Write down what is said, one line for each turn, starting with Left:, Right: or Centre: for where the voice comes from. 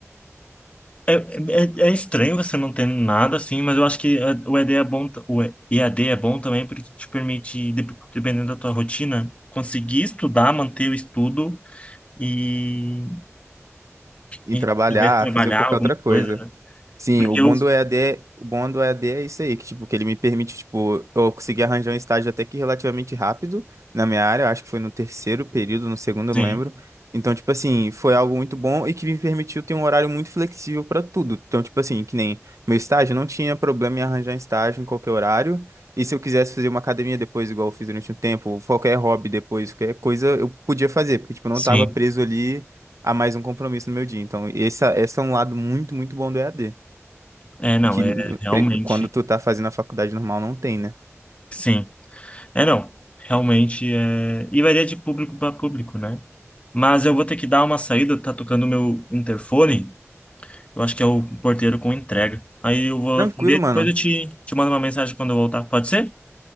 Left: é, é, é estranho você não ter nada assim, mas eu acho que é, o ED é bom, t- o E- EAD é bom também porque te permite, dep- dependendo da tua rotina, conseguir estudar, manter o estudo e,
Right: E
Left: e
Right: trabalhar,
Left: poder trabalhar
Right: fazer qualquer
Left: alguma
Right: outra coisa.
Left: coisa, né?
Right: Sim,
Left: Porque
Right: o bom
Left: eu,
Right: do E A d o bom do E A d é isso aí, que, tipo, que ele me permite, tipo, eu consegui arranjar um estágio até que relativamente rápido na minha área, eu acho que foi no terceiro período, no segundo, eu
Left: sim,
Right: não lembro. Então, tipo assim, foi algo muito bom e que me permitiu ter um horário muito flexível para tudo. Então, tipo assim, que nem meu estágio, não tinha problema em arranjar estágio em qualquer horário. E se eu quisesse fazer uma academia depois, igual eu fiz durante um tempo, ou qualquer hobby depois, qualquer coisa, eu podia fazer, porque, tipo, eu
Left: sim,
Right: não estava preso ali a mais um compromisso no meu dia. Então, esse, esse é um lado muito, muito bom do E a d
Left: é, não,
Right: e que
Left: é
Right: n-
Left: realmente,
Right: pre- quando tu tá fazendo a faculdade normal não tem, né?
Left: sim. É, não. Realmente é. E varia de público para público, né? Mas eu vou ter que dar uma saída, tá tocando o meu interfone. Eu acho que é o porteiro com entrega. Aí eu vou
Right: Tranquilo,
Left: atender,
Right: mano.
Left: depois eu te, te mando uma mensagem quando eu voltar. Pode ser?